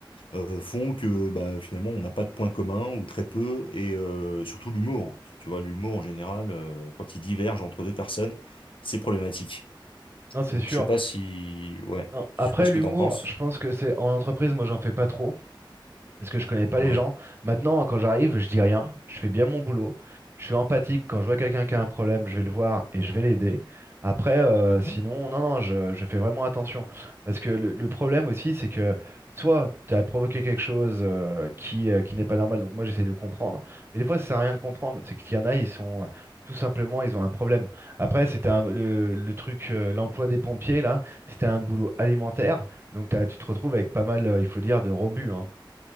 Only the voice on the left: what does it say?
euh, font que bah, finalement, on n'a pas de points communs, ou très peu, et euh, surtout l'humour. Tu vois, l'humour, en général, euh, quand il diverge entre deux personnes, c'est problématique.
Donc,
je sais pas si... Ouais,
je
sais pas ce
que t'en penses.
Ouais.
Mhm.